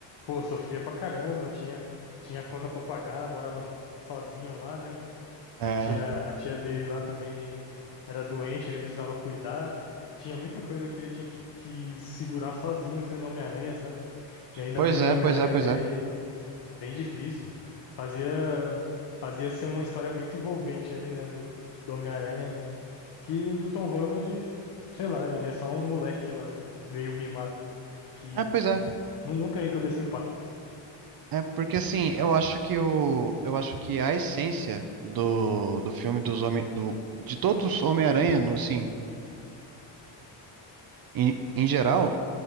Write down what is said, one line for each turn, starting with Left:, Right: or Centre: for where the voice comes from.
Left: pô, sofria pra caramba, tinha tinha conta pra pagar, morava sozinho lá, né?
Right: É.
Left: A tia,
Right: É.
Left: a tia dele lá também era doente, ele precisava cuidar. Tinha muita coisa que ele tinha que, que segurar sozinho sendo Homem-Aranha, sabe? E ainda
Right: Pois
Left: a vida
Right: é,
Left: de Homem-Aranha
Right: pois é, pois
Left: dele,
Right: é.
Left: bem difícil. Fazia, fazia ser uma história muito envolvente ali, né, do, do Homem-Aranha. Que do Tom Holland, sei lá, ele é só um moleque lá, né? Meio mimado, que
Right: É, pois é.
Left: não, não tem todo esse impacto.
Right: É porque assim, eu acho que o. Eu acho que a essência do, do filme dos homem do, de todos os Homem-Aranha, no, assim, em, em geral,